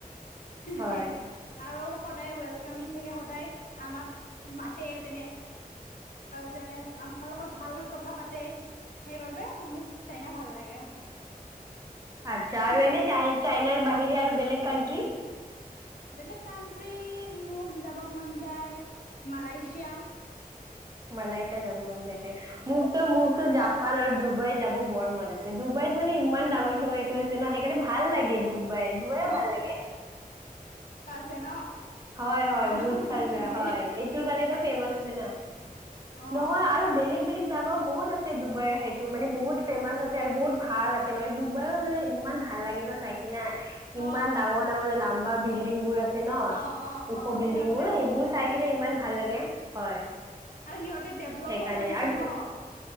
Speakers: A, on the right (about 25°); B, on the left (about 70°).
A: হয়
B: সে আৰু সদায় থাকে সদায় আমাক মাতে যেনে- যেনে আমাৰ লগত ভাল কৰি কথা পাতে সেইবাবে মোক চাইনা ভাল লাগে।
A: আচ্ছা আৰু
B: তোমাক
A: এনোই চাইনাৰ বাহিৰে আৰু বেলেগ কণ্টি
B: বেলেগ কাণ্ট্ৰি মোক যাব মন যায় মালয়েছিয়া
A: মালয়েছীয়া যাব মন যায়। মোক তো মোকো জাপান আৰু ডুবাই যাব বৰ মন আছে ডুবাইত মানে ইমান ডাঙৰ- ডাঙৰ আছে ন সেইকাৰণে ভাল লাগে তো বাই ডুবাইও
B: যায়।
A: ভাল লাগে।
B: জন ন <inaudible>
A: হয় -হয়
B: অ
A: বুজ
B: মনত
A: খাই
B: আছে নেকি
A: হয় এইটো কাৰণে ফেমাচ আছে ন
B: অ
A: নহয়
B: অ অ
A: আৰু বেলেগ বেলেগ জগাও বহুত আছে। ডুবাইৰ সেইটো মানে বহুত ফেমাচ আছে আৰু বহুত ভাল আছে মানে ডুবাইও মানে ইমান ভাল লাগে ন চাইেল কি ন ইমান
B: অ
A: ডাঙৰ -ডাঙৰ লাম্বা বিল্ডিং বোৰ আছে ন
B: অ অ
A: ওখ
B: অ
A: বিল্ডবোৰ
B: সিহঁতে
A: সেইবোৰ চাগে চাই কিনে ইমান ভাল লাগে হয়।
B: আৰু সিহঁতে ডেভলপো
A: সেইকাৰণে
B: কৰিছে
A: আৰু
B: ন।